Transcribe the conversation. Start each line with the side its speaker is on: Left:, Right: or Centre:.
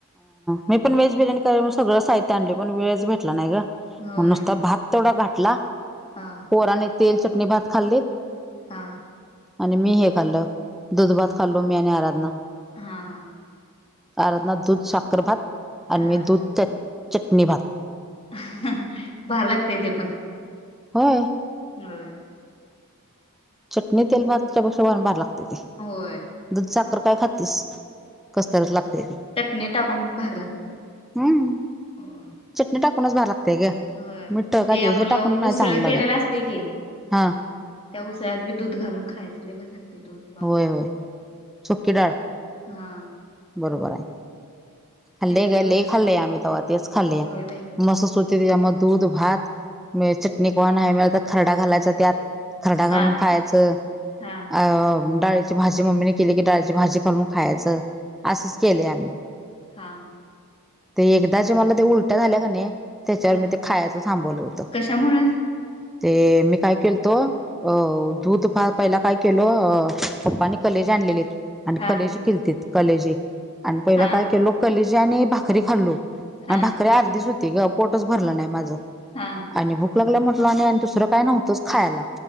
Centre: मी पण वेज बिर्याणी करायची म्हणून सगळं साहित्य आणले पण वेळच भेटला नाही ग म्हणून
Left: होय
Centre: नुसता भात तेवढा घातला
Left: हा
Centre: पोरांनी तेल चटणी भात खाल्लीत
Left: हा
Centre: आणि, मी हे खाल्ल दुध भात खाल्लो मी आणि आराधना
Left: हा हा
Centre: आराधना दूध साखर भात, आणि
Left: हा
Centre: मी, दूध चटणी भात
Left: हा, भारी लागतय ते पण
Centre: हो
Left: होय
Centre: चटणी तेल
Left: मग
Centre: भातच्यापेक्षा भारी लागतय ते
Left: होय
Centre: दूध साखर काय खातीस कसतरच लागतय ते
Left: चटणी टाकून भारी लागतय त्यात
Centre: हम्म,
Left: होय
Centre: चटणी टाकूनच भारी लागतय ते काय
Left: होय
Centre: मिठ काय ते
Left: आपलं
Centre: ह्याच्यात टाकून नाही
Left: उसळ
Centre: चांगलं लागत
Left: केलेला असते की
Centre: हा
Left: त्या उसाळ्यात बी दूध घालून खायचं लय भारी लागते दूध भात
Centre: होय होय सुकी डाळ,
Left: हा
Centre: बरोबर आहे खाल्ले
Left: ते बी
Centre: ग
Left: लय भारी
Centre: लई
Left: लागते
Centre: खाल्लय आम्ही तेव्हा तेच खाल्लय
Left: होय बाई
Centre: म्हसच होती त्यामुळं दूध भात म चटणी नाही मिळाली तर खरडा घालायचा त्यात खरडा
Left: हा
Centre: घालून खायचं
Left: हा
Centre: अ डाळी भाजी मम्मीने केली की डाळीची भाजी खालून खायचं, असंच केलय आम्ही
Left: हां
Centre: ते एकदा जे मला ते उलट्या झाल्या की नाही त्याच्यावर
Left: हा
Centre: मी ते खायच थांबवलं होतं
Left: कशामुळं
Centre: ते, मी काय केलतो अ, दूध पहिला काय केलो, पप्पानी कलेजा आणलेलीत आणि
Left: हा
Centre: कलेजी केलतीत कलेजी आणि पहिला
Left: हा
Centre: काय केलो कलेजी आणि भाकरी खाल्लो
Left: हा
Centre: आणि भाकरी अर्धीच होती ग पोटच भरलं नाही माझं
Left: हा
Centre: आणि भूक लागल्या म्हटल आणि, आणि दुसरं काय नव्हतंच खायला,